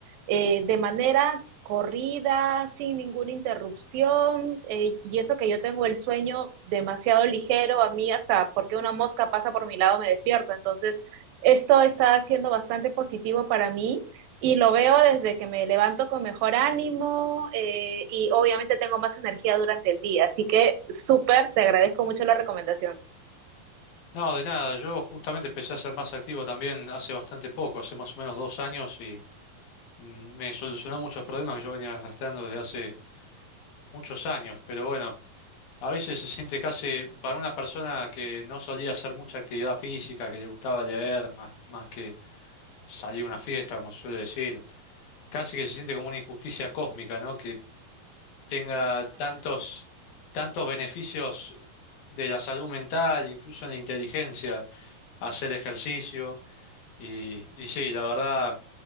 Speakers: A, on the right (about 80°); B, on the left (about 60°).
A: eh, de manera corrida, sin ninguna interrupción, eh, y eso que yo tengo el sueño demasiado ligero, a mí hasta porque una mosca pasa por mi lado me despierto, entonces esto está siendo bastante positivo para mí y lo veo desde que me levanto con mejor ánimo eh, y obviamente tengo más energía durante el día. Así que súper, te agradezco mucho la recomendación.
B: No, de nada, yo justamente empecé a ser más activo también hace bastante poco, hace más o menos dos años, y mm, me solucionó muchos problemas que yo venía arrastrando desde hace muchos años. Pero bueno, a veces se siente casi para una persona que no solía hacer mucha actividad física, que le gustaba leer más, más que salir a una fiesta, como se suele decir, casi que se siente como una injusticia cósmica, ¿no? tenga tantos, tantos beneficios de la salud mental, incluso en la inteligencia, hacer ejercicio. Y, y sí, la verdad,